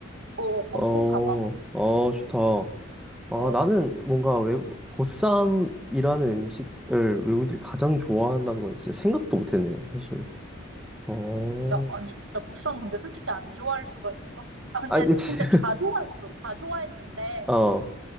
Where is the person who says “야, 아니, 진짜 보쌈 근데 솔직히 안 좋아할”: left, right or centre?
Right